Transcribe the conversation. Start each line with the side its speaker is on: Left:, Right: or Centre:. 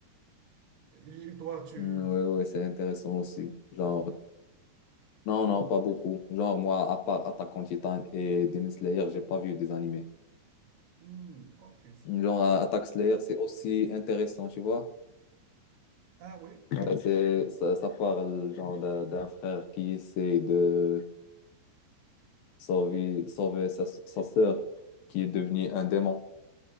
Right: Et et toi, tu...
Left: Mm, Ouais,
Right: tu-
Left: ouais, c'est intéressant aussi. Genre, non, non, pas beaucoup. Genre, moi, à part Attack on Titan et Demon Slayer, j'ai pas vu des animés.
Right: Hmm, ok, c'est...
Left: Genre,
Right: tout.
Left: euh, Attack Slayer, c'est aussi intéressant, tu vois.
Right: Ah oui,
Left: Ouais,
Right: oui.
Left: c'est, ça, ça parle, genre, d'un d'un frère qui essaie de sauver, sauver sa, sa sœur qui est devenue un démon.